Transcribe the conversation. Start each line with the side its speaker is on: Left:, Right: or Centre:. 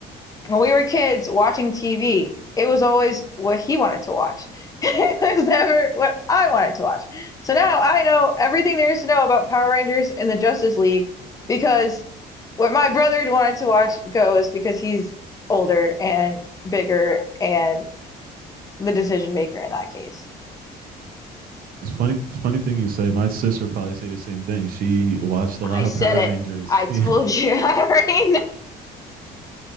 Left: When we were kids watching TV, it was always what he wanted to watch. <laughs> It was never what I wanted to watch. So now I know everything there is to know about Power Rangers and the Justice League because what my brother wanted to watch goes because he's older and bigger and the decision maker in that case.
Right: funny, funny thing you say. My sister probably say the same thing. She watched a lot
Left: I said
Right: of Power
Left: it.
Right: Rangers.
Left: I told
Right: <laughs> Yeah.
Left: you. <laughs> I already know.